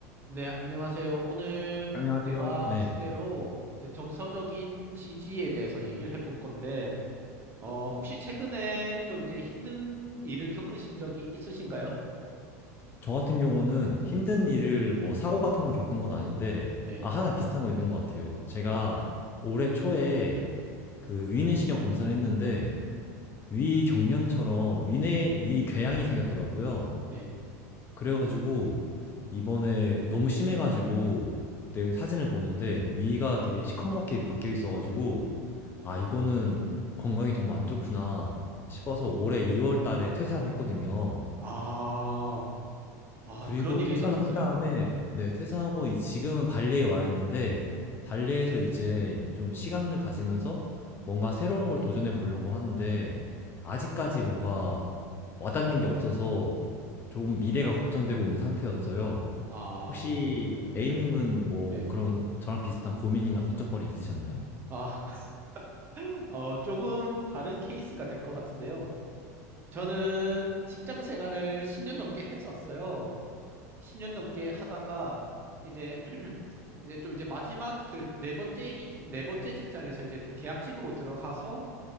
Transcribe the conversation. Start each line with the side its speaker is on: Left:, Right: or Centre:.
Right: 네, 안녕하세요. 오늘
Left: 안녕하세요.
Right: 대화
Left: 네.
Right: 주제로 정서적인 지지에 대해서 얘기를 해볼 건데, 어, 혹시 최근에 좀 이제 힘든 일을 겪으신 적이 있으신가요?
Left: 저 같은 경우는 힘든 일을 뭐 사고 같은 건 겪은 건 아닌데,
Right: 네,
Left: 아, 하나 비슷한 거 있는 것 같아요. 제가 올해 초에 그 위내시경 검사를 했는데, 위 경련처럼 위내, 위 궤양이 생겼더라고요.
Right: 네.
Left: 그래가지고, 이번에 너무 심해가지고, 그때 사진을 보는데, 위가 되게 시커멓게 바뀌어 있어가지고, 아, 이거는 건강이 정말 안 좋구나 싶어서 올해 2월 달에 퇴사를 했거든요.
Right: 아, 아,
Left: 그리고
Right: 그런 일이
Left: 퇴사를
Right: 있었었어요?
Left: 한 다음에 네, 퇴사하고 이 지금은 발리에 와 있는데 발리에서 이제 좀 시간을 가지면서 뭔가 새로운 걸 도전해 보려고 하는데 아직까지 뭔가 와닿는 게 없어서 조금 미래가 걱정되고 있는 상태였어요.
Right: 아, 아,
Left: 혹시
Right: 그렇군요.
Left: A님은
Right: 네,
Left: 뭐
Right: 네.
Left: 그런 저랑 비슷한 고민이나 걱정거리 있으셨나요?
Right: 아, <laughs> 어, 조금 다른 케이스가 될 것 같은데요. 저는 직장 생활을 10년 넘게 했었어요. 10년 넘게 하다가 이제 <clears throat> 이제 좀 이제 마지막 그 네 번째 이- 네 번째 직장에서 이제 좀 계약직으로 들어가서